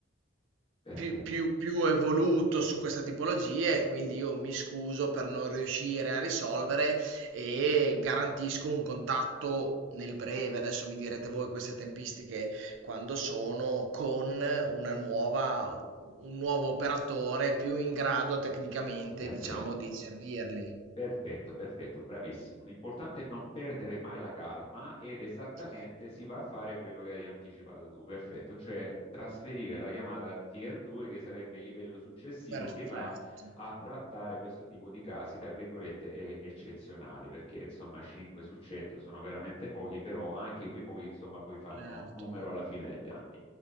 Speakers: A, on the left (about 30°); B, on the right (about 75°).
A: perfetto,
B: più, più, più evoluto su questa tipologia e quindi io mi scuso per non riuscire a risolvere e garantisco un contatto nel breve, adesso mi direte voi queste tempistiche quando sono, con una nuova, un nuovo operatore più in grado tecnicamente,
A: perfetto.
B: diciamo, di servirli.
A: Perfetto, perfetto, bravissimo. L'importante è non perdere mai la calma ed esattamente
B: Certo.
A: si va a fare quello che hai anticipato tu, perfetto, cioè trasferire la chiamata al tier 2 che sarebbe il livello successivo
B: Perfetto,
A: che va a trattare questo tipo di casi, tra virgolette, e- eccezionali, perché insomma 5 su 100 sono veramente pochi, però anche quei pochi insomma poi fanno
B: certo.
A: numero alla fine degli anni.